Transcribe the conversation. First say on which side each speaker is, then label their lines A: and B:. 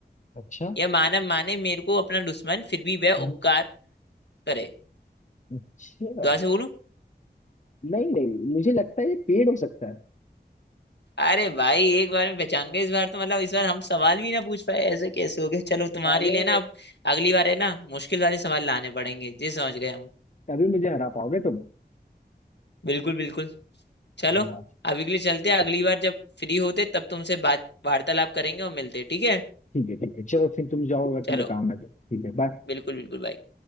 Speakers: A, on the left; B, on the left.
A: अच्छा
B: या मानव माने मेरे को अपना दुश्मन फिर भी वह
A: हम्म,
B: उपकार करे
A: अच्छा
B: दोबारा से बोलूं
A: नहीं नहीं मुझे लगता है ये पेड़ हो सकता है
B: अरे भाई एक बार में पहचान गए इस बार तो मतलब इस बार हम सवाल भी ना पूछ पाए ऐसे कैसे हो गए चलो तुम्हारे
A: अरे
B: लिए ना अब अगली बार है ना मुश्किल वाले सवाल लाने पड़ेंगे जी समझ गए हम
A: तभी मुझे हरा पाओगे तुम
B: बिल्कुल बिल्कुल चलो
A: हाँ
B: अभी के लिए चलते हैं अगली बार जब फ्री होते तब तुमसे बात वार्तालाप करेंगे और मिलते हैं, ठीक है
A: ठीक है ठीक है चलो फिर तुम जाओ अगर तुम्हें
B: चलो
A: काम है तो ठीक है बाय
B: बिल्कुल बिल्कुल भाई